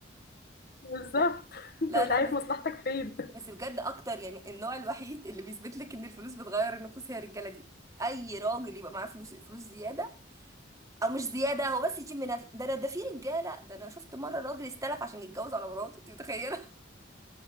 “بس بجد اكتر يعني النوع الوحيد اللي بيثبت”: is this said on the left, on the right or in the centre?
Right